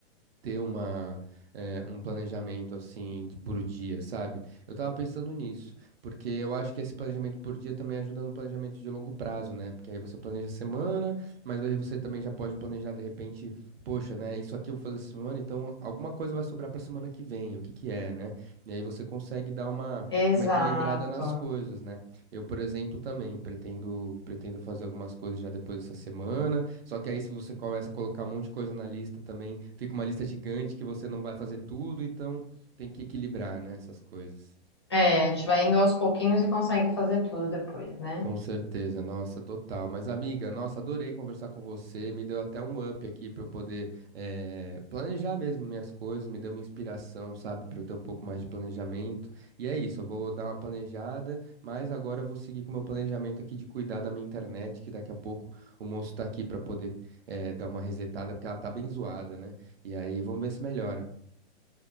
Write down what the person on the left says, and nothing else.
Exato.
É, a gente vai indo aos pouquinhos e consegue fazer tudo depois, né?